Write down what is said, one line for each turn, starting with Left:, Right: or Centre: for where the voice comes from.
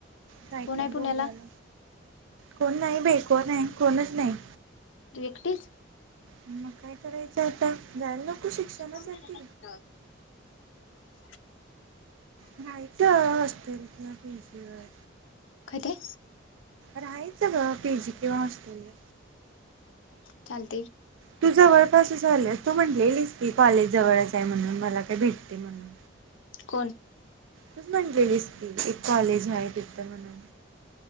Right: काय
Left: कोण
Right: काय
Left: आहे पुण्याला
Right: बोलायल कोण नाही बे कोण आहे. कोणच नाही.
Left: तू एकटीच
Right: मग काय करायचं होतं. जायला नको?
Left: <unintelligible>
Right: शिक्षणासाठी
Left: <unintelligible>
Right: नाहीत असतल किंवा पिजिवर
Left: कायते
Right: राहायचं ग पीजी किंवा हॉस्टेलवर.
Left: <unintelligible> चाल
Right: तु जवळपास झाले. तू म्हणलेलीस की कॉलेज जवळचय म्हणून मला काय भेटते म्हणून.
Left: कोण
Right: तूच म्हणलेलीस की एक कॉलेज हाय तीत ते म्हनून